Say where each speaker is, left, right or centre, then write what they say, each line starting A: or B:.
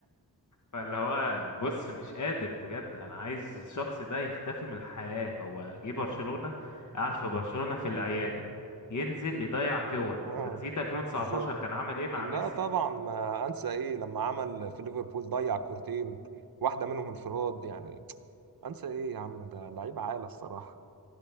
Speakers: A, on the left (about 50°); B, on the right (about 65°).
A: فاللي هو بص مش قادر بجد انا عايز الشخص ده يختفي من الحياة هو جه برشلونة قعد في برشلونة في العيادة ينزل يضيع كور انت
B: اه
A: نسيت 2019
B: بالظبط
A: كان عامل ايه مع
B: لا
A: ميسي
B: طبعا ما انسى ايه لما عمل في ليفربول ضيع كورتين واحده منهم انفراد يعني انسى ايه يا عم ده لعيب عالي الصراحه